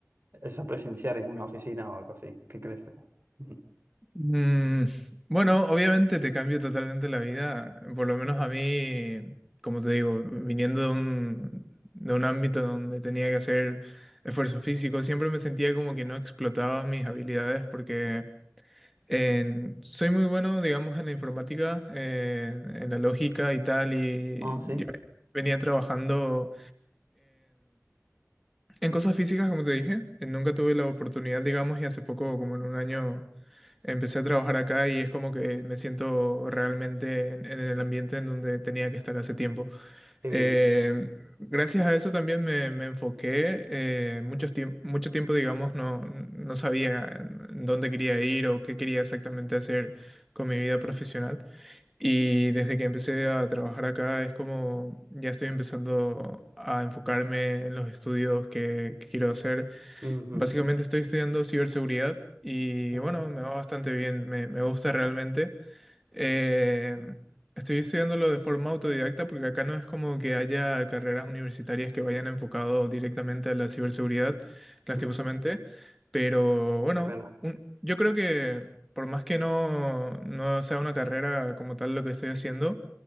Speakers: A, on the right; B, in the centre.
A: es a presenciar en una oficina o algo así. ¿Qué crees? Ujú.
B: Mm, bueno, obviamente te cambia totalmente la vida, por lo menos a mí, como te digo, viniendo de un, de un ámbito donde tenía que hacer esfuerzo físico, siempre me sentía como que no explotaba mis habilidades porque en- soy muy bueno, digamos, en la informática, en, en la lógica y tal, y
A: Ah, sí,
B: yo venía trabajando en cosas físicas, como te dije, eh, nunca tuve la oportunidad, digamos, y hace poco, como en un año, empecé a trabajar acá y es como que me siento realmente en, en el ambiente en donde tenía que estar hace tiempo.
A: qué bien.
B: Eh, gracias a eso también me, me enfoqué. eh, muchos tiemp- mucho tiempo, digamos, no, no sabía en dónde quería ir o qué quería exactamente hacer con mi vida profesional. Y desde que empecé a trabajar acá es como ya estoy empezando a enfocarme en los estudios que, que quiero hacer.
A: Ujú.
B: Básicamente estoy estudiando ciberseguridad y
A: Joder.
B: bueno, me va bastante bien, me, me gusta realmente. Eh, estoy estudiándolo de forma autodidacta porque acá no es como que haya carreras universitarias que vayan enfocado directamente a la ciberseguridad, lastimosamente.
A: Mm,
B: Pero bueno,
A: qué pena.
B: un- yo creo que por más que no, no sea una carrera como tal lo que estoy haciendo,